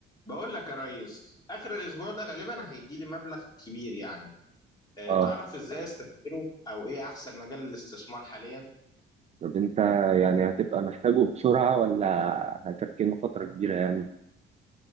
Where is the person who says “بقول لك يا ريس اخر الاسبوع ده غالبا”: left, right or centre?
Left